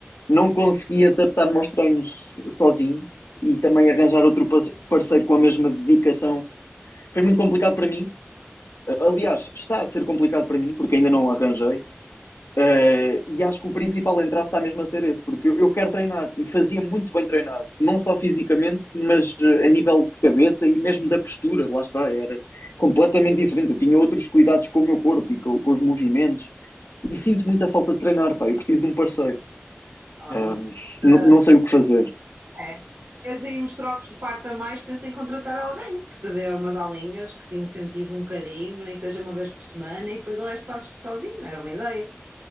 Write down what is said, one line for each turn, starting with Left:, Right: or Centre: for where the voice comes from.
Left: não consegui adaptar-me aos treinos sozinho e também arranjar outro pa- parceiro com a mesma dedicação. Foi muito complicado para mim. Aliás, está a ser complicado para mim porque ainda não arranjei. Uh, e acho que o principal entrave está mesmo a ser esse, porque eu, eu quero treinar e fazia muito bem treinar, não só fisicamente, mas uh, a nível de cabeça e mesmo da postura, lá está, era completamente diferente. Eu tinha outros cuidados com o meu corpo e com, com os movimentos,
Right: Não.
Left: e sinto muita falta de treinar, pá. Eu preciso de um parceiro,
Right: Olha,
Left: um,
Right: se-
Left: não sei o que fazer.
Right: é. Se queres aí uns trocos de parte a mais, pensa em contratar alguém que te dê umas aulinhas, que te incentive um bocadinho, nem que seja uma vez por semana, e depois o resto fazes-te sozinho. Era uma ideia.